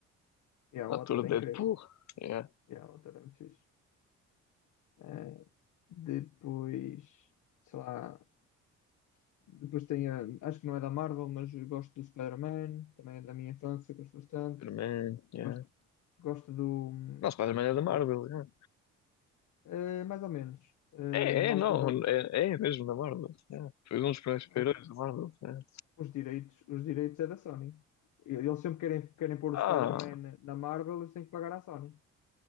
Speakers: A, on the left; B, on the left.
A: yeah,
B: O
A: o
B: ator
A: ator é
B: de Deadpool.
A: incrível.
B: Yeah.
A: Yeah, o ator é muito fixe. Eh, depois, sei lá. Depois tem a, acho que não é da Marvel, mas eu gosto do Spider-Man, também é da minha infância, gosto bastante.
B: Spider-Man. Yeah.
A: Gosto, gosto do,
B: Não, Spider-Man é da Marvel.
A: do-
B: yeah.
A: eh, mais ou menos. Eh,
B: É,
A: na
B: é,
A: altura,
B: não. É, é mesmo da Marvel. yeah. Foi um dos primeiros
A: os,
B: heróis da Marvel. yeah.
A: os direitos, os direitos é da Sony. E- Eles sempre querem, querem pôr
B: Ah,
A: o Spider-Man na Marvel, eles têm que pagar à Sony.